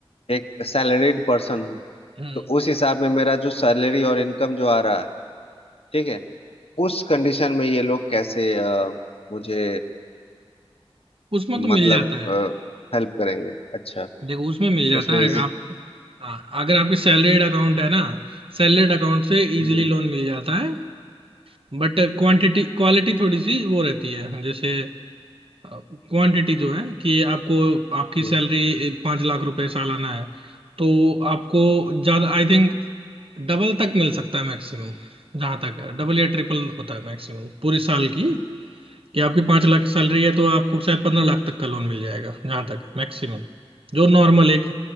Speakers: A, on the left; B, on the right.
A: एक सैलरीड पर्सन हूँ
B: हम्म
A: तो उस हिसाब में मेरा जो सैलरी और इनकम जो आ रहा है ठीक है उस कंडीशन में ये लोग कैसे अ, मुझे
B: उसमें तो मिल
A: मतलब
B: जाता है
A: हेल्प करेंगे अच्छा
B: देखो उसमें मिल जाता
A: उसमें
B: है
A: इजी
B: आप हाँ अगर आपकी सैलरीड अकाउंट है ना सैलरीड अकाउंट से इजीली
A: हम्म
B: लोन मिल जाता है बट क्वांटिटी क्वालिटी थोड़ी सी वो रहती है जैसे क्वांटिटी जो है कि आपको आपकी
A: हम्म,
B: सैलरी पांच लाख रुपए सालाना है तो आपको ज्यादा आई थिंक डबल तक मिल सकता है मैक्सिमम जहां तक है डबल या ट्रिपल होता है मैक्सिमम पूरे साल की कि आपकी पांच लाख की सैलरी है तो आपको शायद पंद्रह लाख तक का लोन मिल जाएगा जहां तक मैक्सिमम जो नॉर्मल एक